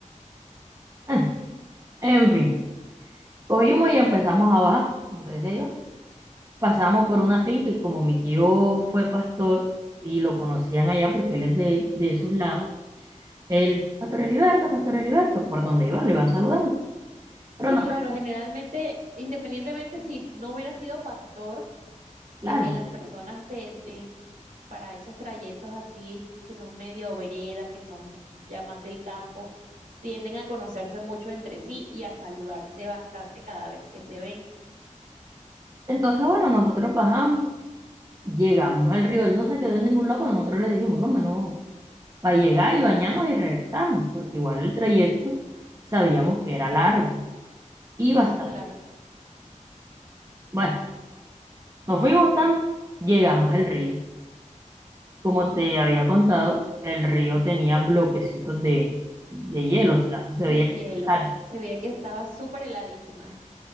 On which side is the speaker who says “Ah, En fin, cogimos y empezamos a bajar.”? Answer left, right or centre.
Right